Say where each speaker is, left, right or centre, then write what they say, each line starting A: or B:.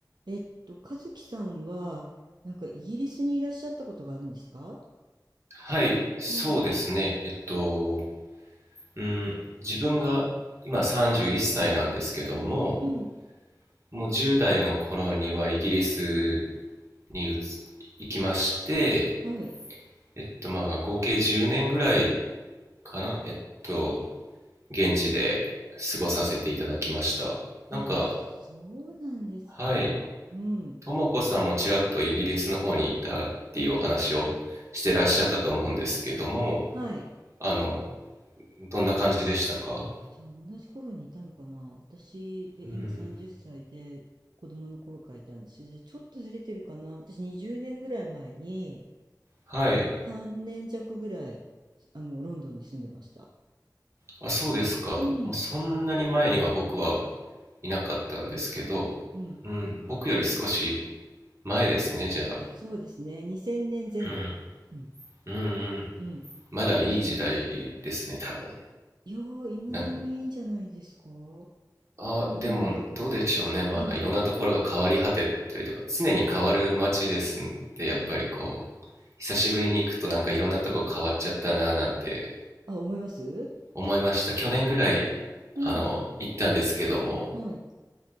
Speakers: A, on the right; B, on the right.
A: えっと、和樹さんは、なんかイギリスにいらっしゃったことがあるんですか
B: はい、そうですね。
A: はい。
B: えっと、うん、自分が今31歳なんですけども、
A: うん。
B: もう10代の頃にはイギリスに移行きまして、
A: はい。
B: えっと、まあ、合計10年ぐらいかな、えっと、現地で過ごさせていただきました。
A: あ、
B: なんか、
A: そうなんですか。
B: はい、
A: うん。
B: ともこさんもちらっとイギリスの方にいたっていうお話をしてらっしゃったと思うんですけども、
A: はい。
B: あの、どんな感じでしたか
A: じゃあ、同じ頃にいたのかな私、え、
B: うん。
A: 今30歳で、子供の頃からいたんですよ。じゃあ、ちょっとずれてるかな私、20年ぐらい前に、
B: はい。
A: 3年弱ぐらい、あの、ロンドンに住んでました。
B: あ、そうですか。
A: うん。
B: もうそんなに前には僕はいなかったんですけど、
A: いないか。うん。
B: うん、僕より少し前ですね、じゃあ。
A: そうですね。2000年前後。
B: うん、
A: うん。
B: うん、うん。
A: うん。
B: まだいい時代ですね、多分。
A: いやー、今でもいいんじゃないですかど
B: なんあ、
A: うなんだろ
B: でもどうでしょうね。まあ、
A: う。うん。
B: いろんなところが変わり果てたりとか、常に変わる街ですんで、
A: あ、
B: やっぱりこう、
A: ま
B: 久しぶりに行くとなんかいろんなとこ変わっちゃったな、なんて
A: あ。あ、思います
B: 思いました。去年ぐらい、
A: うん。
B: あの、行ったんですけども、
A: はい。